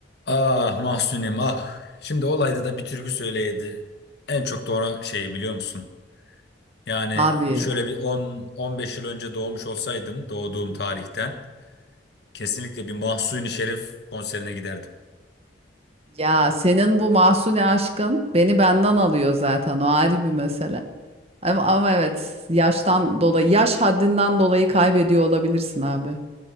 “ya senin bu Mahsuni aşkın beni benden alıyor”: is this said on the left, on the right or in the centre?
Right